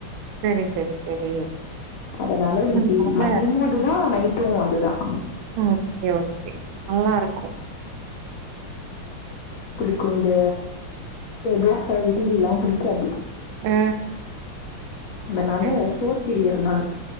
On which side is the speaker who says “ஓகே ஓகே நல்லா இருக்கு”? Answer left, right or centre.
Right